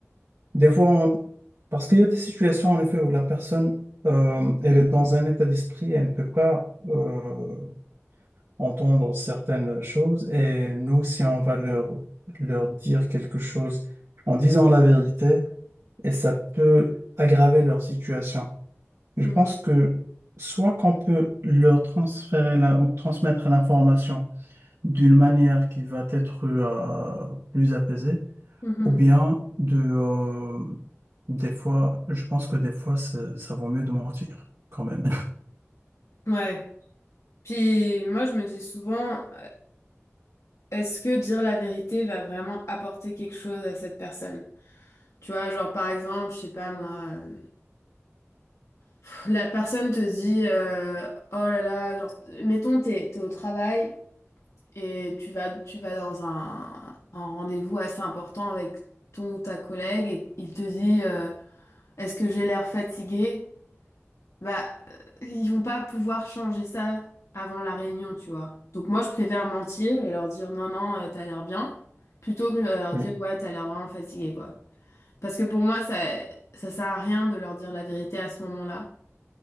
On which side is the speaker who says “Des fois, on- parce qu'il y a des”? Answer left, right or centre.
Right